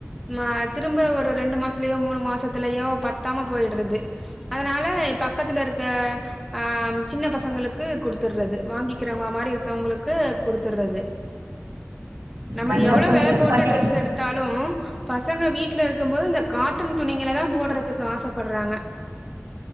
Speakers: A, in the centre; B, on the right.
A: ஆ திரும்ப ஒரு ரெண்டு மாசலயோ மூணு மாசத்துலயோ பத்தாம போயிடுறது அதனால பக்கத்துல இருக்க ஆ சின்ன பசங்களு க்கு குடுத்துடுறது வாங்கிக்கிறவங்க மாரி இருக்கவங்களுக்கு குடுத்துடுறது நம்ம
B: சரியா
A: எவ்ளோ
B: சொன்னீங்க
A: வெல போட்டு
B: பண்டிகை
A: டிரெஸ் எடுத் எத்தாலும் பசங்க வீட்ல இருக்கும் போது இந்த காட்டன் துணிங்கள தான் போடுற துக்கு ஆசப்படுறாங்க